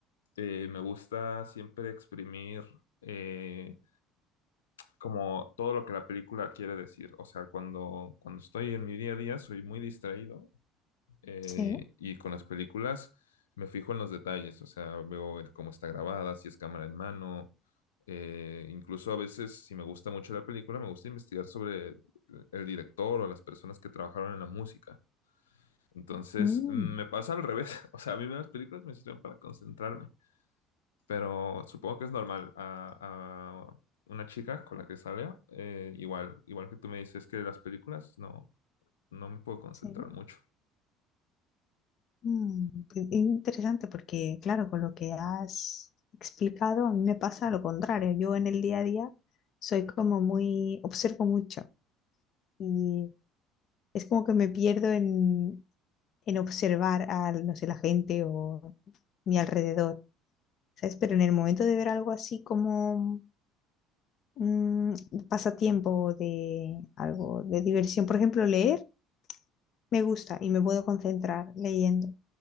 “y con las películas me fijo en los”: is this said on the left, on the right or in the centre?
Left